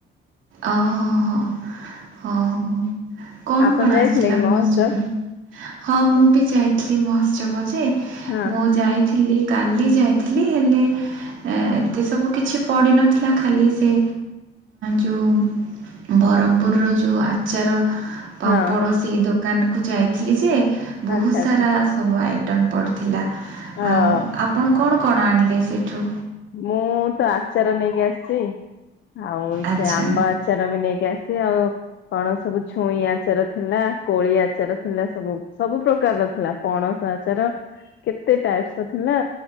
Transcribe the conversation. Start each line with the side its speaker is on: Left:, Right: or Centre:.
Right: ଓ ହୋ ହୋ। ହଁ ହଁ। କଣ
Left: ଆପଣ
Right: କଣ
Left: ଯାଇଥିଲେ
Right: ଆସିଥିଲା
Left: କି
Right: ମହୋତ୍ସବରେ
Left: ମହୋତ୍ସବ
Right: ହଁ ମୁଁ ବି ଯାଇଥିଲି ମହୋତ୍ସବଜେ।
Left: ହଁ
Right: ମୁଁ ଯାଇଥିଲି। କାଲି ଯାଇଥିଲି ହେଲେ ଏତେ ସବୁ କିଛି ପଡ଼ିନଥିଲା ଖାଲି ସେ ଯେଉଁ ବ୍ରହ୍ମପୁରର ଯେଉଁ ଆଚାର ପାମ୍ପଡ଼
Left: ହଁ
Right: ସେ ଦୋକା ଦୋକାନକୁ ଯାଇଥିଲି ଯେ- ବହୁତ
Left: ଆଚ୍ଛା
Right: ସାରା
Left: ଆଚ୍ଛା।
Right: ସବୁ ଆଇ। ଟଙ୍ଗ ପଡ଼ିୁଥିଲା।
Left: ହଁ
Right: ଆଉ ଆପଣ। କଣ କଣ ଆଣିଲେ ସେଇଠୁ
Left: ମୁଁ ତ ଆଚାର ନେଇକି ଆସିଛି। ଆଉ ସେ
Right: ଆଚ୍ଛା
Left: ଆମ୍ବ ଆଚାର ବି ନେଇକି। ଆସି ଆଉ କଣ ସବୁ ଛୁଇଁ ଆଚାର ଥିଲା କୋଳି ଆଚାର ଥିଲା ସବୁ ସବୁ ପ୍ରକାରର ଥିଲା ପଣସ ଆଚାର କେତେ ଟାଇପସ ର ଥିଲା।